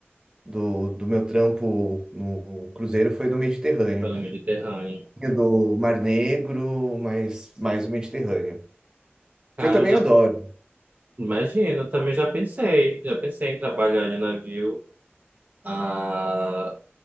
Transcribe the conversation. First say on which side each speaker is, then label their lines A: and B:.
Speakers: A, on the right; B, on the right.
A: do, do meu trampo no cruzeiro foi no Mediterrâneo,
B: Pelo Mediterrâneo.
A: do Mar Negro, mas mais o Mediterrâneo,
B: Cara,
A: que eu também
B: eu já
A: adoro.
B: imagino, eu também já pensei. Já pensei em trabalhar de navio. Ah,